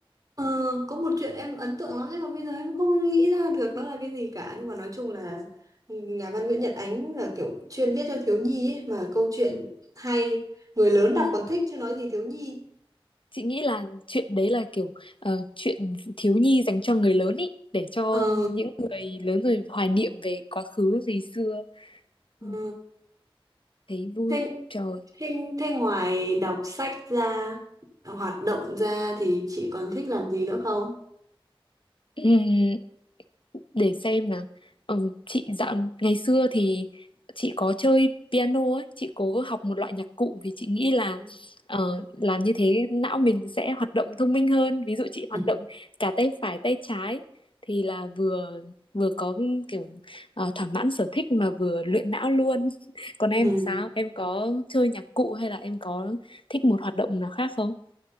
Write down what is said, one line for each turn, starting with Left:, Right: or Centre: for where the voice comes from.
Right: Ờ, có một chuyện em ấn tượng lắm nhưng mà bây giờ em không nghĩ ra được nó là cái gì cả nhưng mà nói chung là nhà văn Nguyễn Nhật Ánh là kiểu chuyên viết cho thiếu nhi ấy mà câu chuyện
Left: Ừ.
Right: hay người lớn đọc
Left: Ừ.
Right: còn thích chứ nói gì thiếu nhi
Left: Chị nghĩ là chuyện đấy là kiểu ờ, chuyện thiếu nhi dành cho người lớn ý, để cho
Right: ờ
Left: những người lớn rồi hoài niệm về quá khứ, về xưa.
Right: ờ
Left: Ừ, Thấy vui.
Right: thế,
Left: Trời.
Right: thế, thế ngoài đọc sách ra hoạt động ra thì chị còn thích làm gì nữa không
Left: Ừm, để xem nào ừ, chị dạo ngày xưa thì chị có chơi piano ấy chị cố học một loại nhạc cụ vì chị nghĩ là
Right: <laughs>
Left: ờ, làm như thế não mình sẽ hoạt động thông minh hơn ví dụ chị
Right: Ừ.
Left: hoạt động cả tay phải tay trái thì là vừa vừa có kiểu ờ, thỏa mãn sở thích mà vừa luyện não luôn <laughs> còn em
Right: Ừ.
Left: thì sao em có chơi nhạc cụ hay là em có thích một hoạt động nào khác không